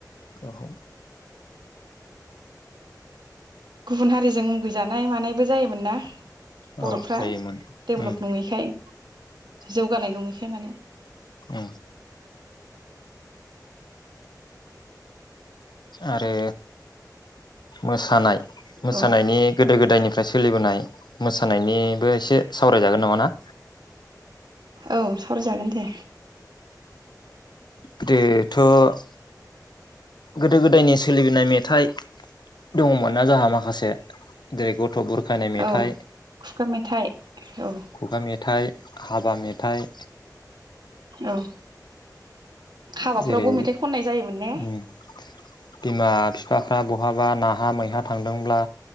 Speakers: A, on the left; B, on the right.
A: औ।
B: गुबुन हारिजों गोजानाय मानायबो जायोमोन ना बरफ्रा
A: औ जायोमोन
B: डेभलप
A: उम
B: नङैखाय जौगानाय नङैखाय माने
A: उ आरो मोसानाय मोसानायनि
B: औ
A: गोदो गोदायनिफ्राय सोलिबोनाय मोसानायनिबो एसे सावरायजागोन नङा ना
B: औ सावराय जागोन दे
A: गोदोथ' गोदो गोदायनि सोलिबोनाय मेथाइ दङमोन ना जोंहा माखासे जेरै बुरखायनाय मेथाइ
B: औ खुगा मेथाइ औ
A: खुगा मेथाइ हाबा मेथाइ
B: औ हाबाफोरावबो
A: जेरै
B: मेथाइ खननाय जायोमोन ने
A: उम बिमा फिफाफ्रा बहाबा नाहा मैहा थांदोंब्ला